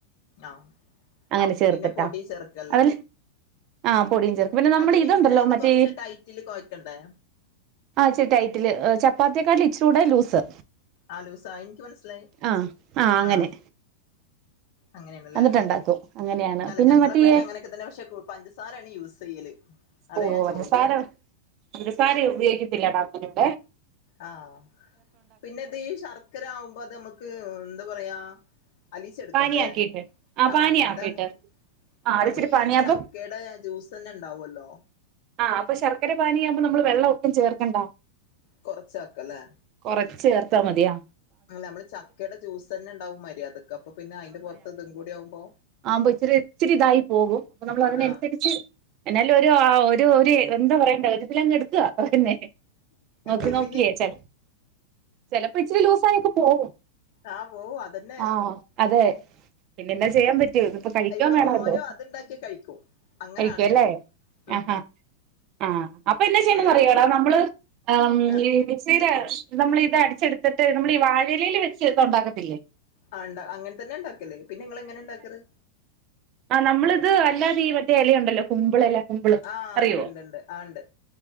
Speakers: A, on the left; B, on the right.
A: ആഹ്
B: അങ്ങനെ ചേർത്തിട്ടാ
A: പിന്നെ പൊടി ചേർക്കല്ലേ
B: അവല്- ആഹാ പൊടിയും ചേർക്കും പിന്നെ- നമ്മുടെ
A: അത് മിക്സ്
B: ഇതുണ്ടല്ലോ
A: ചെയ്ത്
B: മറ്റേ.
A: കൊറച്ച് ടൈറ്റില് കൊഴക്കണ്ടേ
B: ആ ഇച്ചി റ്റൈറ്റില് ചപ്പാത്തിയക്കാട്ട- ഇച്ചിലൂടെ ലൂസ്.
A: ആലൂസ എനിക്ക് മനസ്സിലായി.
B: ആഹ് ആഹ് അങ്ങനെ
A: ആഹാ. അങ്ങനെയണല്ലേ,
B: എന്നിട്ടുണ്ടാക്കും അങ്ങനെയാണ്
A: അല്ല
B: പിന്നെ
A: ഞങ്ങളെവിടെ
B: മറ്റേ
A: അങ്ങനൊക്കെ- ന്നെ പക്ഷെ പഞ്ചസാരാണ് യൂസ് ചെയ്യല്. അതാ
B: ഓ
A: ഞാൻ
B: പഞ്ചസാര,
A: ചോദിച്ചേ
B: പഞ്ചസാര ഉപയോഗിക്കത്തില്ലടാ അങ്ങനടെ.
A: ആഹ പിന്നെത് ഈ ശർക്കര- ആവുമ്പോ അത് നമ്മുക്ക് എന്താ പറയാ? അലീചേടുക്കണ്ടേ
B: പാനിയാക്കിയിട്ട് ആ
A: ആഹാ
B: പാനിയാക്കിയിട്ട്
A: അതാണ്.
B: ആ അതിച്ചിരി
A: അപ്പോ ഈ
B: പാനിയാകുമ്പോ
A: ചക്കയുടെ ജ്യൂസ് തന്നെ ഉണ്ടാവല്ലോ.
B: ആഹാ അപ്പോ ശർക്കര- പാനിയാകുമ്പോ നമ്മള് വെള്ളം ഒട്ടും ചേർക്കണ്ട.
A: കൊറച്ചാക്ക അല്ലേ?
B: കൊറച്ച് ചേർത്താ മതിയാ?
A: നമ്മള് ചക്കയുടെ ജ്യൂസ് തന്നെ- ഉണ്ടാവും മര്യാദക്ക് അപ്പോ പിന്നെ അതിന്റെ പുറത്ത് ഇതും കൂടി- ആകുമ്പോ
B: ആമ്പ ഇച്ചിരി, ഇച്ചിരി ഇതായി പോകും. അപ്പോ നമ്മൾ അതിനനുസരിച്ച്.
A: ആഹ്
B: എന്നാല് ഒരു, ഒരു, ഒരു എന്താ പറയേണ്ട? ഒരുതിലങ് എടുക്കുവന്നെ. തോക്കി
A: ഒരു
B: നോക്കിയേ ച ചിലപ്പോ- ഇച്ചിരി ലൂസ ആയിക്കെ പോകും.
A: ആഹാ പോവാ? അതെന്നെ.
B: ആ അതെ പിന്നെന്താ ചെയ്യാൻ പറ്റും. കഴിക്കൻ
A: ഇവിടെ
B: വേണല്ലോ
A: മോനും അത്ണ്ടാക്കി കഴിക്കും അങ്ങനാണെങ്കി
B: കഴിക്കുവല്ലേ?
A: ഉം
B: ആഹാ.. ആഹ അപ്പൊ എന്താ ചെയ്യണ്ട
A: അതന്നെ
B: ന്നറിയോടാ? നമ്മള് ആഹാ.
A: ആഹ്
B: മിക്സിൽ നമ്മള ഇത് അടിച്ചെടുത്തിട്ട് നമ്മൾ ഈ- വാഴലയിൽ വെച്ച് ഇത് ഉണ്ടാക്കത്തില്ലേ?
A: ആ അനെ തന്നെ ഉണ്ടാക്കല്ലേ പിന്നെങ്ങ എങ്ങനെ ഉണ്ടാക്കരുറ്.
B: ആ നമ്മളിത് അല്ലാതീ വത്തെ- ഇലയുണ്ടല്ലോ കുമ്പിളിലാ കുമ്പിള്-
A: ആഹ
B: അറിയോ
A: ഉണ്ട് ണ്ട് ആ ണ്ട്